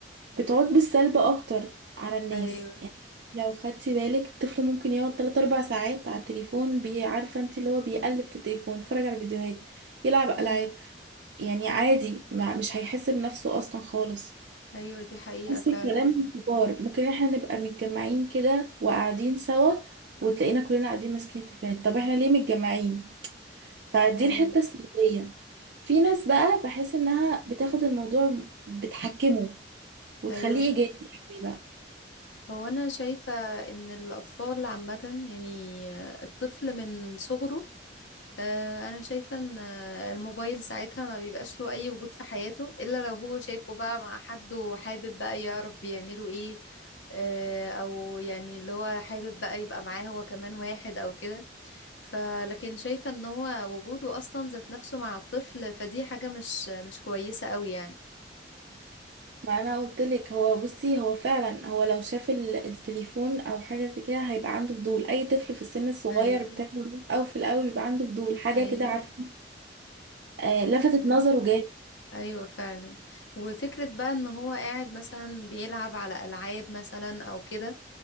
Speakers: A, on the right; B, on the left.
A: بتعود بالسلب اكتر على الناس
B: ايوه
A: يعني لو خدتي بالك الطفل ممكن يقعد 3 4 ساعات على التليفون بي- عارفه انت اللي هو بيقلب في التليفون يتفرج على فيديوهات يلعب
B: ايوه
A: العاب يعني عادي ما مش هيحس بنفسه اصلا خالص
B: ايوه دي حقيقة
A: نفس
B: فعلا
A: الكلام للكبار ممكن احنا نبقى متجمعين كده وقاعدين سوا وتلاقينا كلنا قاعدين ماسكين التليفونات طب احنا ليه متجمعين فدي
B: ايوه
A: الحتة السلبية في ناس بقى بحس انها بتاخد الموضوع بتحكمه وتخليه
B: ايوه
A: ايجابي قوي بقى
B: هو انا شايفة ان الاطفال عامة يعني آه، الطفل من صغره آه، انا شايفه ان آه، الموبايل ساعتها ما بيبقاش له اي وجود في حياته الا لو هو شايفه بقى مع حد وحابب بقى يعرف بيعملوا ايه آه، او يعني اللي هو حابب بقى يبقى معاه هو كمان واحد او كده فلكن شايفه ان هو وجوده اصلا ذات نفسه مع الطفل فدي حاجه مش مش كويسه قوي يعني
A: ما انا قلت لك هو بصي هو فعلا هو لو شاف ال- التليفون او حاجه زي كده هيبقى عنده فضول اي طفل في السن الصغير
B: ايوه
A: بتاعه ده، او في الاول بيبقى عنده فضول حاجه
B: ايوه
A: كده عارفه آه لفتت
B: ايوه
A: نظره
B: ايوه فعلا وفكره بقى ان هو قاعد مثلا بيلعب على العاب مثلا او كده